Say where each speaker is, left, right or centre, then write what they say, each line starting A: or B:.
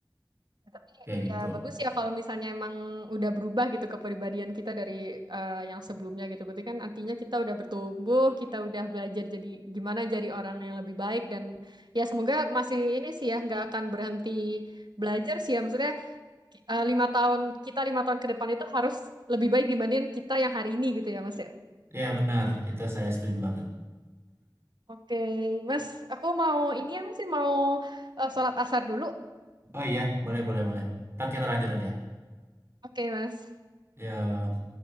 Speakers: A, on the right; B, on the right.
A: Ya, Tapi
B: kayak gitu
A: ya bagus ya kalau misalnya emang udah berubah gitu kepribadian kita dari eh, yang sebelumnya gitu. Berarti kan artinya kita udah bertumbuh, kita udah belajar jadi gimana jadi orang yang lebih baik dan ya semoga masih ini sih ya nggak akan berhenti belajar sih ya. Maksudnya eh, lima tahun kita lima tahun ke depan itu harus lebih baik dibandingin kita yang hari ini gitu ya Mas ya.
B: ya benar itu saya setuju banget
A: Oke, Mas, aku mau ini ya Mas, ya, mau eh, sholat asar dulu.
B: oh iya boleh boleh boleh ntar kita lanjut aja
A: Oke, Mas.
B: ya